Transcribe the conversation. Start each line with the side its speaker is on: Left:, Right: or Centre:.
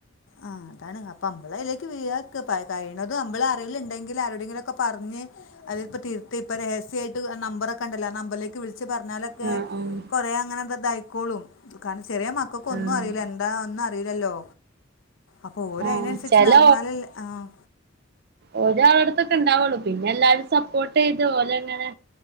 Left: ആ അതാണ് അപ്പൊ അമ്മള് അയിലേക്ക് വീഴാതെക്കാ ഇപ്പ കഴിയിണതും അമ്പളെ അറിവിലുണ്ടെങ്കിൽ ആരോടെങ്കിലൊക്കെ പറഞ്ഞ് അല്ലേല്പം തിരുത്തി ഇപ്പം രഹസ്യായിട്ട് നമ്പറൊക്കെ ഉണ്ടല്ലോ ആ നമ്പറിലേക്ക് വിളിച്ച് പറഞ്ഞാലൊക്കെ
Right: ആഹ് ആഹ്
Left: കൊറെ അങ്ങനെ ഇപ്പ ഇത് ആയിക്കോളും കാരണം ചെറിയ മക്കൾക്കൊന്നും
Right: ആഹ്
Left: അറിയില്ല എന്താ ഒന്നും അറിയില്ലല്ലോ അപ്പോ ഓര്
Right: ആഹ്
Left: അയിനനുസരിച്ച്
Right: ചെല
Left: നടന്നാലല്ലേ ആഹ്
Right: ഒരാളെട്ത്തൊക്കെ ഉണ്ടാവുള്ളൂ പിന്നെ എല്ലാരും സപ്പോർട്ട് ചെയ്തു ഒഓലെങ്ങനെ